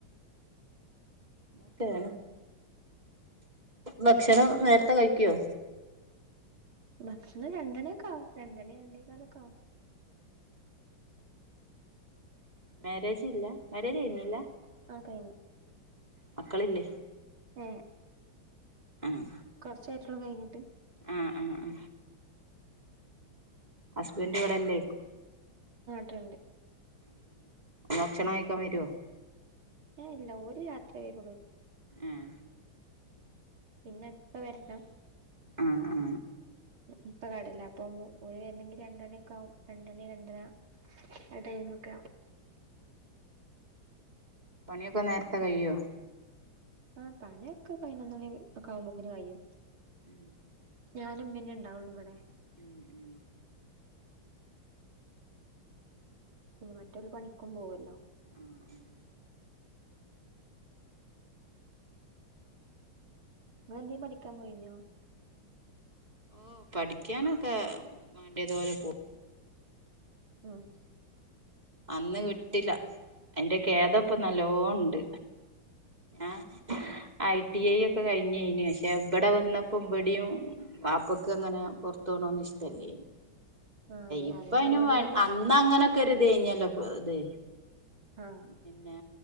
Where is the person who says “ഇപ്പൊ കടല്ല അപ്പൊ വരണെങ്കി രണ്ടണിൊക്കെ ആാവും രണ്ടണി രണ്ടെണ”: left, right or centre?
Right